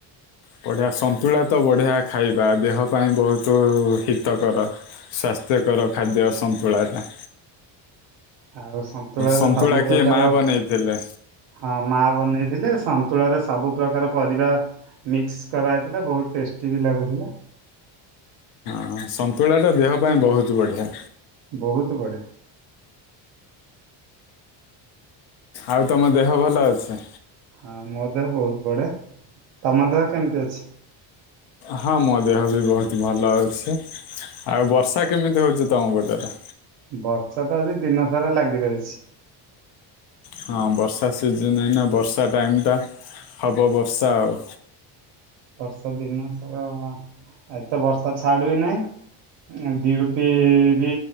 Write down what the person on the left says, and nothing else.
ବଢିଆ ସନ୍ତୁଳା ତ ବଢିଆ ଖାଇବା ଦେହ ପାଇଁ ବହୁତ ହିତକର। ସ୍ଵାସ୍ଥ୍ୟକର ଖାଦ୍ୟ ସନ୍ତୁଳା ଟା।
ସନ୍ତୁଳା
କିଏ ମା ବନେଇଥିଲେ
ହଁ ସନ୍ତୁଳା ଟା ଦେହ ପାଇଁ ବହୁତ ବଢିଆ।
ଆଉ ତମ ଦେହ ଭଲ ଅଛି।
ହଁ ମୋ ଦେହ ବି ବହୁତ ଭଲ ଅଛି। ଆଉ ବର୍ଷା କେମିତି ହଉଛି ତମ ପଟରେ।
ହଁ ବର୍ଷା ସିଜନ ଏଇନା, ବର୍ଷା ଟାଇମ୍ ଟା, ହବ ବର୍ଷା ଆଉ।